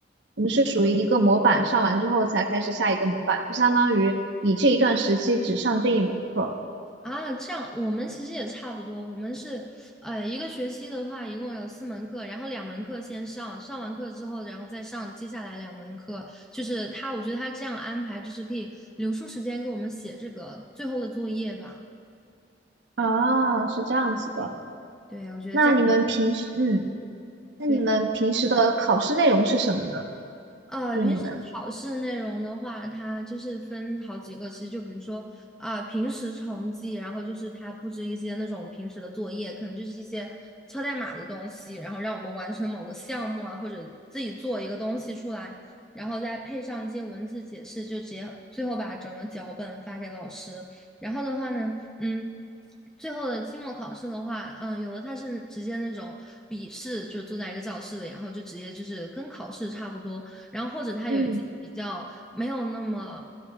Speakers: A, on the right; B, in the centre.
A: 我们是属于一个模板上完之后才开始下一个模板，就相当于你这一段时期只上这一门课。
B: 啊，这样我们其实也差不多。我们是，呃，一个学期的话，一共有四门课，然后两门课先上，上完课之后，然后再上接下来两门课。就是他，我觉得他这样安排，就是可以留出时间给我们写这个最后的作业吧。
A: 啊，是这样子的。
B: 对，对，我觉得这样。
A: 那你们平时，嗯，那你们平时的考试内容是什么呢？
B: 对。呃，
A: 就是你们，
B: 平时考试内容的话，它就是分好几个，其实就比如说啊、平时成绩，然后就是它布置一些那种平时的作业，可能就是一些敲代码的东西，然后让我们完成某个项目啊，或者自己做一个东西出来，然后再配上一些文字解释，就直接最后把整个脚本发给老师。然后的话呢，嗯。最后的期末考试的话，嗯，有的它是直接那种笔试，就是坐在一个教室里，然后就直接就是跟考试差不多，然后或者它有一些比较没有那么
A: 嗯。